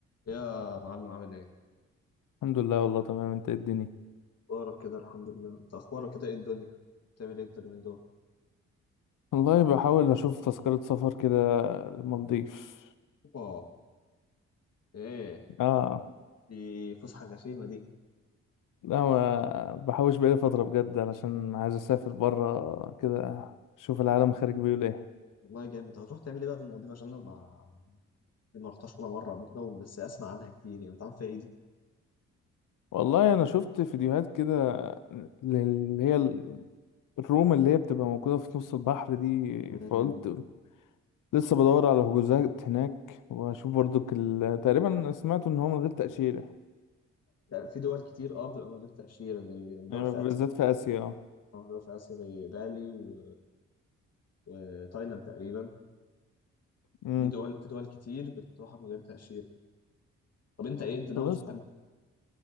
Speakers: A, on the left (about 45°); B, on the left (about 60°).
A: يا معلم عامل ايه؟
B: الحمد لله والله تمام انت ايه الدنيا
A: اخبارك كده الحمد لله انت اخبارك كده ايه الدنيا بتعمل ايه انت اليومين دول
B: والله بحاول اشوف تذكرة سفر كده المالديف
A: اوبا ايه
B: اه
A: دي فسحه غشيمه دي
B: لا ما بحوش بقالي فترة بجد علشان عايز اسافر برا كده اشوف العالم خارج بيقول ايه
A: والله جامد هتروح تعمل ايه بقى في المالديف عشان انا ما دي ما رحتهاش ولا مره قبل كده بس اسمع عنها كتير يعني انت عارف فيها ايه دي
B: والله انا شفت فيديوهات كده اللي هي ال- الروم اللي هي بتبقى موجودة في نص البحر دي
A: مم.
B: فقلت لسه بدور على حجوزات هناك واشوف برضك ال... تقريبا سمعت ان هو من غير تأشيرة
A: في دول كتير اه بتبقى من غير تاشيره زي دول
B: يعني
A: في
B: بالذات
A: اسيا
B: في اسيا اه
A: اه دول في اسيا زي بالي و... وتايلاند تقريبا
B: امم
A: دي دول في دول كتير بتروحها من غير تاشيره طب انت ايه انت ناوي
B: فبس
A: تروح امتى